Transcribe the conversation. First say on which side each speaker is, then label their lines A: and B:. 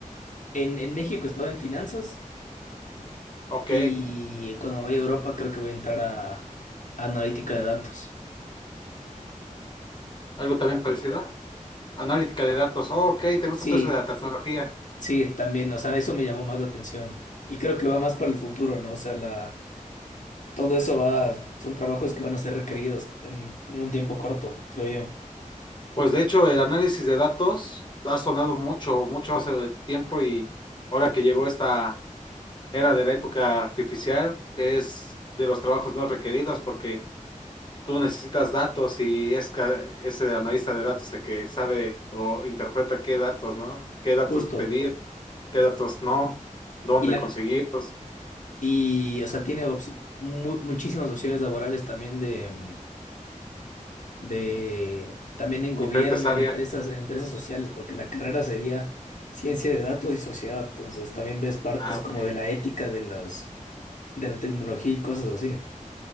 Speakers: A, on the left; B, on the left.
A: En, en México estaba en finanzas
B: Ok.
A: y cuando vaya a Europa creo que voy a entrar a, a analítica de datos.
B: ¿Algo también parecido? Analítica de datos. Oh, ok, ¿te gusta
A: Sí,
B: todo eso de la tecnología?
A: sí, también, o sea, eso me llamó más la atención y creo que va más para el futuro, ¿no? O sea, la, todo eso va, son trabajos que van a ser requeridos en, en un tiempo corto, creo yo.
B: Pues de hecho, el análisis de datos ha sonado mucho, mucho hace tiempo y ahora que llegó esta era de la época artificial, que es de los trabajos no requeridos porque tú necesitas datos y es ca- ese analista de datos el que sabe o interpreta qué datos, ¿no? Qué datos
A: Justo.
B: pedir, qué datos no, dónde
A: Y la,
B: conseguirlos,
A: Y, o sea, tiene opci- mu- muchísimas opciones laborales también de, mm, de, también en
B: en
A: gobierno,
B: diferentes áreas.
A: en empresas, en empresas sociales, porque la carrera sería ciencia de datos y sociedad. Entonces, también ves partes
B: Ah, ok.
A: como de la ética de las, de la tecnología y cosas así.